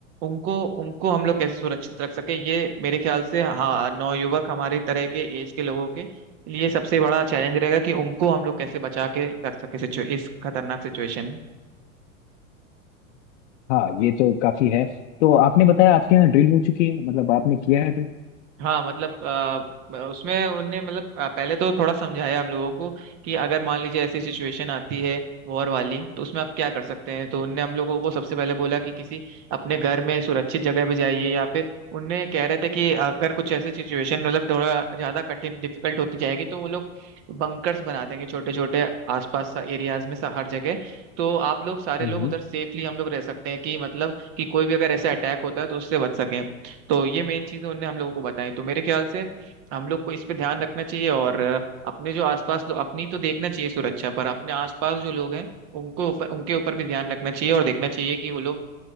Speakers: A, on the right; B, on the left.
A: उनको उनको हम लोग कैसे सुरक्षित रख सके ये मेरे ख्याल से हाँ नौयुवक हमारे तरह के एज के लोगों के लिए सबसे बड़ा चैलेंज रहेगा कि उनको हम लोग कैसे बचा के रख सके सिचु इस खतरनाक सिचुएशन
B: हाँ ये तो काफी है तो आपने बताया आपके यहाँ ड्रिल हो चुकी है मतलब आपने किया है ड्रिल
A: हाँ मतलब अ, उसमें उनने मतलब अ, पहले तो थोड़ा समझाया हम लोगों को कि अगर मान लीजिए ऐसी सिचुएशन आती है वॉर वाली तो उसमें आप क्या कर सकते हैं तो उनने हम लोगों को सबसे पहले बोला कि किसी अपने घर में सुरक्षित जगह पे जाइए या फिर उनने कह रहे थे कि अगर कुछ ऐसी सिचुएशन मतलब थोड़ा ज्यादा कठिन डिफिकल्ट होती जाएगी तो वो लोग बंकर्स बना देंगे छोटे छोटे आसपास एरियाज में सा- हर जगह तो आप लोग सारे
B: है?
A: लोग
B: हम्म
A: उधर सेफली हम लोग रह सकते हैं कि मतलब कि कोई भी अगर ऐसा अटैक होता है तो उससे बच सके तो ये मेन चीजें उनने हम लोगों को बताई तो मेरे ख्याल से हम लोग को इस पे ध्यान रखना चाहिए और अ, अपने जो आसपास लोग अपनी तो देखना चाहिए सुरक्षा पर अपने आसपास जो लोग हैं उनको ऊपर उनके ऊपर भी ध्यान रखना चाहिए और देखना चाहिए कि वो लोग